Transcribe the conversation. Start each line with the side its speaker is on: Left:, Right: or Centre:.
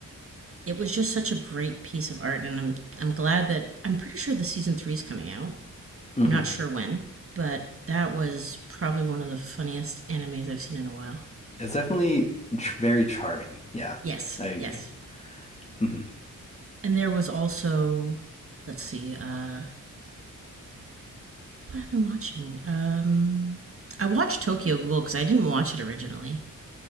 Right: it was just such a great piece of art and I'm I'm glad that I'm pretty sure the season 3 is coming out.
Left: hmm
Right: I'm not sure when, but that was probably one of the funniest animes I've seen in a while.
Left: It's definitely ch- very charming. Yeah,
Right: Yes,
Left: I agree.
Right: yes.
Left: hmm
Right: And there was also, let's see, uh, what I've been watching. Um, I watched Tokyo Ghoul because I didn't watch it originally.